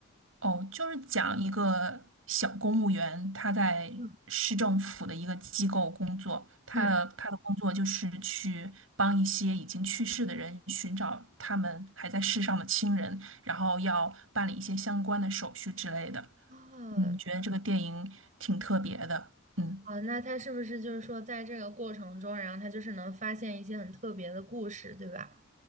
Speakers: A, on the right; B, on the right.
A: 哦，就是讲一个小公务员，他在市政府的一个机构工作，
B: 嗯
A: 他的他的工作就是去帮一些已经去世的人寻找他们还在世上的亲人，
B: 嗯，
A: 然后要办理一些相关的手续之类的。
B: 啊
A: 嗯，觉得这个电影挺特别的，嗯。
B: 啊，那它是不是就是说在这个过程中，然后它就是能发现一些很特别的故事，对吧？